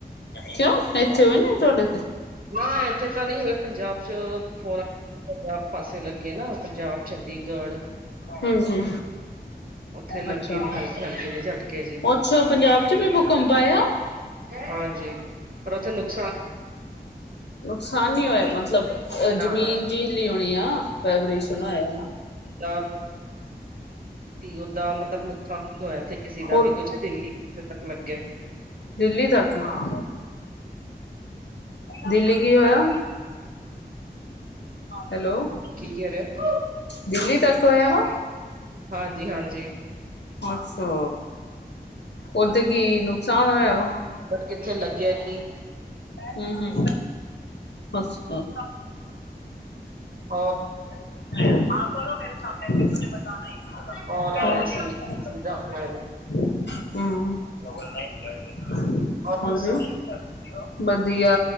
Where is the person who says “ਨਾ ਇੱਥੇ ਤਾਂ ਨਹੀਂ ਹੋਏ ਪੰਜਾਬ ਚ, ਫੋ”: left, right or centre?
Right